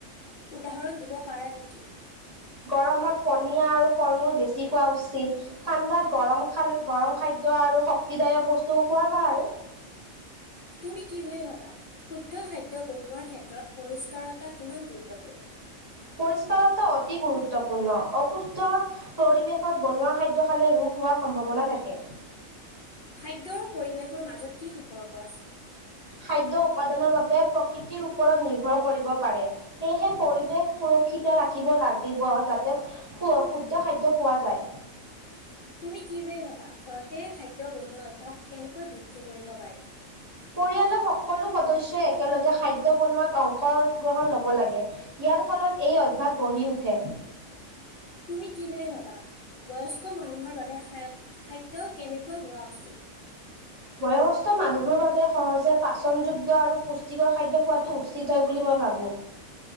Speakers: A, on the left (about 65°); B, on the right (about 30°).
A: উদাহৰণ দিব পাৰা নেকি?
B: গৰমত পনীয়া আৰু ফল মূল বেছি খোৱা উচিত ঠাণ্ডাত গৰম খাল গৰম খাদ্য আৰু শক্তিদায়ক বস্তু খোৱা ভাল
A: তুমি কি ভাবে ভাবা শুদ্ধ খাদ্য বনোৱাৰ ক্ষেত্ৰত পৰিষ্কাৰতা কিমান গুৰুত্বপূৰ্ণ?
B: পৰিষ্কাৰতা অতি গুৰুত্বপূৰ্ণ অসুস্থ পৰিৱেশত বনোৱা খাদ্য খালে ৰোগ হোৱাৰ সম্ভাৱনা থাকে
A: খাদ্য আৰু পৰিৱেশৰ মাজত কি সম্পৰ্ক আছে?
B: খাদ্য উপাদানৰ বাবে প্ৰকৃতিৰ ওপৰত নিৰ্ভৰ কৰিব পাৰে সেয়েহে পৰিৱেশ সুৰক্ষিত ৰাখিব লাগিব যাতে শু শুদ্ধ খাদ্য পোৱা যায়
A: তুমি কি বুলি ভাবা ঘৰতে খাদ্য বনোৱা অভ্যাস কেনেকৈ বৃদ্ধি কৰিব পাৰি?
B: পৰিয়ালৰ সকলো সদস্যই একেলগে খাদ্য বনোৱাত অংশগ্ৰহণ ল'ব লাগে ইয়াৰ ফলত এই অভ্যাস গঢ়ি উঠে
A: তুমি কি ভাবে ভাবা বয়স্ক মানুহৰ বাবে খা খাদ্য কেনেকুৱা হোৱা উচিত?
B: বয়সস্থ মানুহৰ বাবে সহজে পাচনযোগ্য আৰু পুষ্টিকৰ খাদ্য খোৱাটো উচিত হয় বুলি মই ভাবোঁ